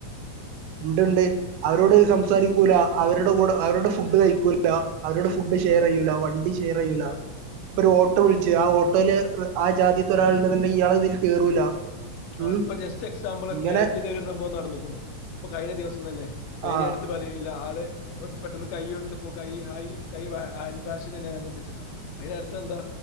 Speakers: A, on the right; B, on the left.
A: ഉണ്ട് ണ്ട് അവരോട് സംസാരിക്കൂല അവരുടെ കൂടെ അവരുടെ ഫുഡ് കഴിക്കൂല അവരോട് ഫുഡ് ഷെയറെയ്യൂല
B: ആ
A: വണ്ടി ഷെയറെയ്യൂലാ
B: ഇല്ല
A: പ്പൊരു ഓട്ടോ വിളിച്ച് ആ ഓട്ടോയില് വ് ആ ജാതീത്തെ ഒരാള്ണ്ട്ന്നെങ്കി അയാള് അതിൽ കേറൂല
B: ആഹ്
A: ഉം
B: ഇപ്പൊ ജസ്റ്റ് എക്സാമ്പിളൊക്കെ
A: ഇങ്ങനെ
B: അത് ഇതെരെ ഒരു സംഭവം നടന്നു കുണു. പ്പൊ കഴിഞ്ഞ ദിവസം തന്നെ പേര്
A: ആ
B: എടുത്ത് പറയില്ല ആള് പെ പെട്ടെന്ന് കൈ എടുത്ത്പ്പോ കൈ ഹയ് കൈ വാ കൈ ഹാൻവാസ് അങ്ങനെ ശ്രദ്ധിച്ചതാ അതിനർത്ഥം എന്താ